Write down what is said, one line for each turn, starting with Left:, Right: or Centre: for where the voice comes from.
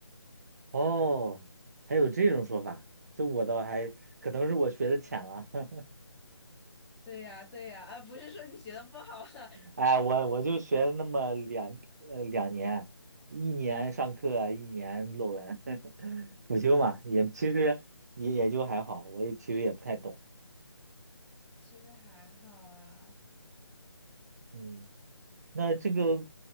Right: 哦，还有这种说法，这我倒还可能是我学的浅了，<laughs>
Centre: 对呀，对呀，啊，不是说你学的不好啊，
Right: 哎，我我就学了那么两呃两年，一年上课，一年论文，<laughs> 辅修嘛，也其实也也就还好，我也其实也不太懂。
Centre: <laughs> 其实还好啊。
Right: 嗯，那这个